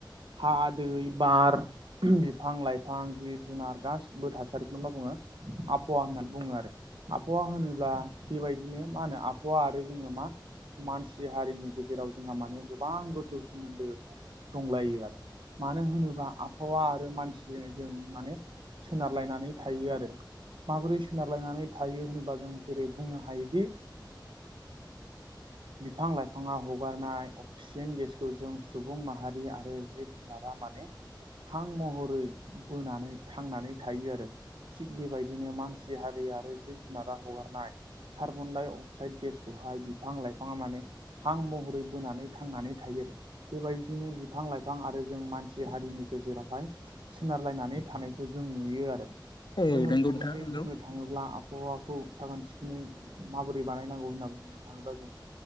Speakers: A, on the right; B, on the left.
A: हा दै बार बिफां लाइफां जिब जुनार गासिबो थासारिखौनो मा बुङो आब आबहावा होननानै बुङो आरो आबहावा होनोब्ला बेबायदिनो मा होनो आबहावा आरो जोङो मा मानसि हारिनि गेजेराव जों माने गोबां गोथौ सोमोन्दो दंलायो आरो मानो होनोबा आब आबहावा आरो मानसिजों जों माने सोनारलायनानै थायो आरो माबोरै सोनारलायनानै थायो होनोबा जों जेरै बुंनो हायोदि बिफां लाइफाङा हगारनाय अक्सिजेन गेसखौ जों सुबुं माहारि आरो जिब जुनारा माने हां महरै बोनानै थांनानै थायो आरो थिग बेबायदिनो मानसि हारि आरो जिब जुनारा हगारनाय कार्बन डाइ अक्साइड गेसखौहाय बिफां लाइफाङा माने हां महरै बोनानै थांनानै थायो बेबायदिनो बिफां लाइफां आरो जों मानसि हारिनि गेजेरावहाय सोनारलायनानै थानायखौ जों नुयो आरो
B: औ
A: जोङो
B: नंगौ
A: गुबैयै
B: नोंथां नंगौ
A: बुंनो थाङोब्ला आबहावाखौ साखोन सिखोनै माबोरै बानायनांगौ होनना बुंनो थाङोब्ला जों